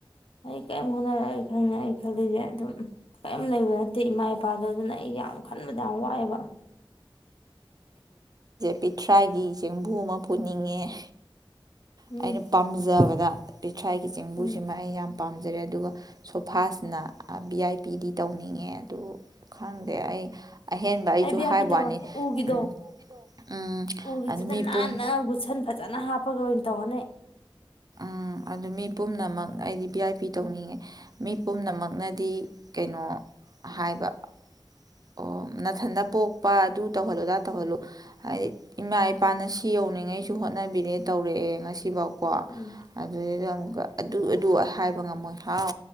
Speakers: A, on the left; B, on the right.
A: ꯑꯩ ꯀ ꯍꯣꯠꯅꯔꯛ ꯑꯩ ꯈꯅꯤ ꯑꯩ ꯈꯜꯂꯤꯁꯦ ꯑꯗꯨꯝ ꯀꯔꯤꯝ ꯂꯩꯕ ꯅꯠꯇꯦ ꯏꯃꯥ ꯏꯄꯥꯗꯣ ꯑꯗꯨꯅ ꯑꯩ ꯌꯥꯝ ꯈꯟꯕꯗ ꯌꯥꯝ ꯋꯥꯏꯑꯦꯕ
B: ꯄꯤꯊ꯭ꯔꯥꯒꯤ ꯆꯦꯡꯕꯨ ꯑꯃ ꯄꯨꯅꯤꯡꯉꯦ
A: ꯎꯝ
B: ꯑꯩꯅ ꯄꯥꯝꯖꯕꯗ ꯄꯤꯊ꯭ꯔꯥꯏꯒꯤ ꯆꯦꯡꯕꯨꯁꯤꯃ
A: ꯎꯝ
B: ꯑꯩ ꯌꯥꯝꯅ ꯄꯥꯝꯖꯔꯦ ꯑꯗꯨꯒ ꯁꯣꯐꯥꯁꯤꯅ ꯚ ꯑꯥꯏ ꯄꯤꯗꯤ ꯇꯧꯅꯤꯡꯉꯦ ꯑꯗꯨ ꯈꯪꯗꯦ ꯑꯩ ꯑꯍꯦꯟꯕ ꯑꯩꯁꯨ
A: ꯑꯩ ꯚꯤ ꯑꯥꯏ
B: ꯍꯥꯏꯕ
A: ꯄꯤ ꯇꯧꯔꯦ
B: ꯋꯥꯅꯤ
A: ꯎꯒꯤꯗꯣ
B: ꯎꯝ ꯎꯝ
A: ꯎꯒꯤꯗꯨꯗ
B: ꯑꯗꯨ ꯃꯤꯄꯨꯝ
A: ꯅꯥꯟꯅ ꯒꯨꯠꯁꯟ ꯐꯖꯅ ꯍꯥꯞꯄꯒ ꯑꯣꯏꯅ ꯇꯧꯔꯅꯤ
B: ꯎꯝ ꯑꯗꯨ ꯃꯤ ꯄꯨꯝꯅꯃꯛ ꯑꯩꯗꯤ ꯚꯤ ꯑꯥꯏ ꯄꯤ ꯇꯧꯅꯤꯡꯉꯦ ꯃꯤ ꯄꯨꯝꯅꯃꯛꯅꯗꯤ ꯀꯩꯅꯣ ꯍꯥꯏꯕ ꯑꯣ ꯅꯥꯊꯟꯗ ꯄꯣꯛꯄ ꯑꯗꯨ ꯇꯧꯍꯜꯂꯨꯗꯥ ꯇꯧꯍꯜꯂꯨ ꯍꯥꯏꯗꯤ ꯏꯃꯥ ꯏꯄꯥꯅ ꯁꯤ ꯌꯧꯅꯤꯡꯉꯩꯁꯨ ꯍꯣꯠꯅꯕꯤꯔꯦ ꯇꯧꯔꯛꯑꯦ ꯉꯁꯤꯐꯥꯎ ꯀꯣ
A: ꯎꯝ
B: ꯑꯗꯨꯏꯗ ꯑꯃꯨꯛꯀ ꯑꯗꯨ ꯑꯗꯨ ꯍꯥꯏꯕ ꯉꯝꯃꯣꯏ ꯍꯥꯎ